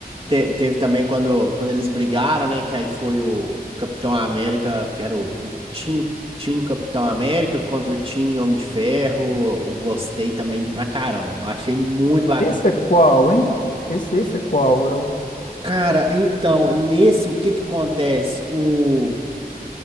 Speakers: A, on the right (about 35°); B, on the left (about 55°).
A: Te- teve também quando, quando eles brigaram, né? Que aí foi o, o Capitão América, que era o, o Team, Team Capitão América contra Team Homem de Ferro. Eu gostei também pra caramba. Eu achei muito bacana.
B: Esse é qual, hein? Esse, esse é qual? É o...
A: Cara, então, nesse, o que que acontece? O,